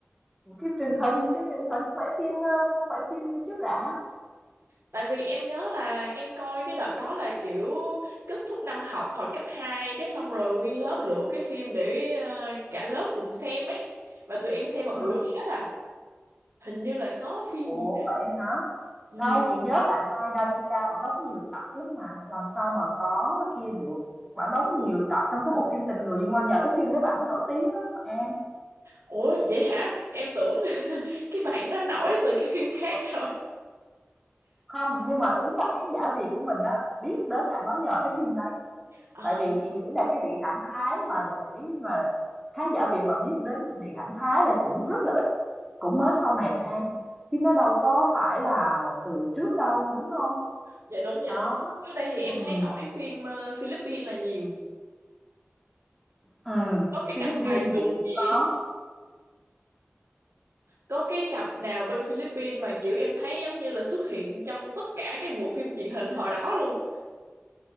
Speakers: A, in the centre; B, on the right.
A: phim truyền hình, phim truyền hình không phải phim ờ, không phải phim chiếu rạp.
B: Tại vì em nhớ là em coi cái đợt đó là kiểu kết thúc năm học hồi cấp hai cái xong rồi nguyên lớp lựa cái phim để ờ, cả lớp cùng xem ấy. Và tụi em xem một
A: Ừ.
B: buổi hết à. Hình như là có phim
A: Ủa
B: gì.
A: vậy hả?
B: Ừ.
A: Đâu, chị nhớ bạn Mai Davika bạn đóng nhiều tập lắm mà, làm sao mà có kia được. Bạn đóng nhiều tập trong cái bộ phim Tình người Dung Ngoan nhờ cái phim đó bạn mới nổi tiếng đó mà An.
B: Ủa vậy hả? Em tưởng <laughs> cái bạn đó nổi từ cái phim khác rồi.
A: Không, nhưng mà ý là khán giả Việt của mình á biết đến bạn nói nhờ cái phim đấy.
B: Ờ,
A: Tại vì chị nghĩ là cái điện ảnh Thái mà để mà khán giả Việt mà biết đến điện ảnh Thái là cũng rất là ít, cũng mới sau này thôi An. Chứ nó đâu có phải là từ trước đâu, đúng không?
B: dạ đúng, dạ
A: Đó.
B: đúng. Trước đây thì em
A: Ừ.
B: thấy nổi phim ờ, Philippines là nhiều.
A: Ừm,
B: Có cái
A: Philippines
B: cặp bài
A: thì
B: trùng
A: chị cũng
B: gì
A: có.
B: ấy. Có cái cặp nào bên Philippines mà kiểu em thấy giống như là xuất hiện trong tất cả các bộ phim truyền hình hồi đó luôn.